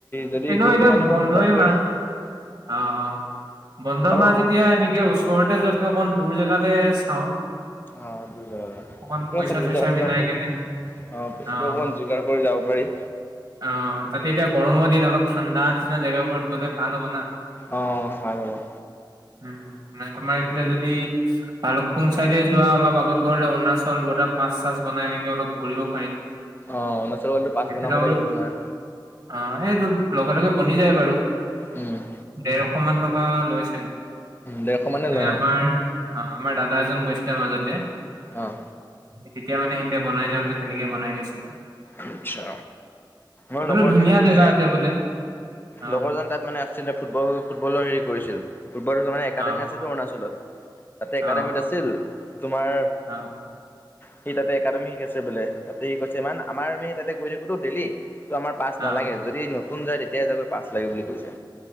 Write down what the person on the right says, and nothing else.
এনেও
এতিয়া
বন্ধই
মাহ
অ, অ, বন্ধ
মাহ
যেতিয়া এনেকে ওচ চৰতে যোৱাতকে অকণ দূৰ জেগালৈ চাওঁ।
অকণ
পইচা
চইচা
মিলাই
কেনে
অ
অ, তাতে এতিয়া গৰমৰ দিন অলপ ঠাণ্ডা নিচিনা জেগাবোৰত গলে ভাল হ'ব না।
উম, মানে তোমাৰ এইফালে যদি ভালুকপুং চাইডে যোৱা অলপ আগত। ৰ অৰুণাচল বৰ্ডাৰ পাছ চা বাই এনেক অলপ ঘৰি পাৰিম।
সেইফালে
অ, এইটো লগে লগে বনি যায় বাৰু।
ডেৰশ মান টকা লৈ চাগে মানে
আমাৰ। অ, আমাৰ দাদা এজন গৈছিলে মাজতে।
তেতিয়া মানে সেইে বনাই যাওঁতে তেনেকে বনাই গৈছিলে।
সেইফালে
ধুনীয়া
জেগা আছে বোলে অ
অ
অঁ
অঁ
অঁ